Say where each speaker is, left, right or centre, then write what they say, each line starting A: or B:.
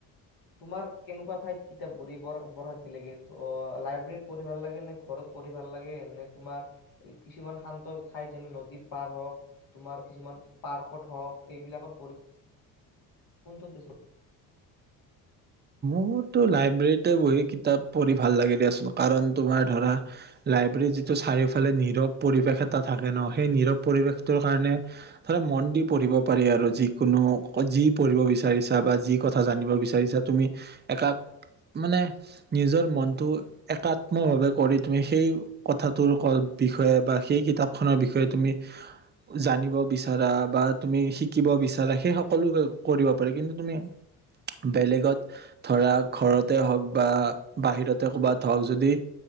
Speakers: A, on the left; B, on the right.
A: তোমাৰ কেনেকুৱা ঠাইত কিতাপ পঢ়ি বৰ শান্তি লাগে লাইব্ৰেৰীত পঢ়ি ভাল লাগে নে ঘৰত পঢ়ি ভাল লাগে নে তোমাৰ কিছুমান শান্ত ঠাইত যেনে নদীৰ পাৰ হওঁক তোমাৰ কিছুমান পাৰ্কত হওঁক এইবিলাকত পঢ়ি কোনটোত বেছি
B: মোৰতো লাইব্ৰেৰীতে বহি কিতাপ পঢ়ি ভাল লাগিল দিয়াচোন কাৰণ তোমাৰ ধৰা লাইব্ৰেৰীত যিটো চাৰিওফালে নীৰৱ পৰিৱেশ এটা থাকে ন সেই নীৰৱ পৰিৱেশটোৰ কাৰণে ধৰা মন দি পঢ়িব পাৰি আৰু যিকোনো যি পঢ়িব বিচাৰিছা বা যি কথা জানিব বিচাৰিছা তুমি একাত্ম মানে নিজৰ মনটো একাত্ম হলে কৰি তুমি সেই কথাটোৰ বিষয়ে বা সেই কিতাপখনৰ বিষয়ে তুমি জানিব বিচাৰা বা তুমি শিকিব বিচাৰা সেই সকলো কৰিব পাৰা কিন্তু তুমি বেলেগত ধৰা ঘৰতে হওক বা বাহিৰতে ক'বাত হওঁক যদি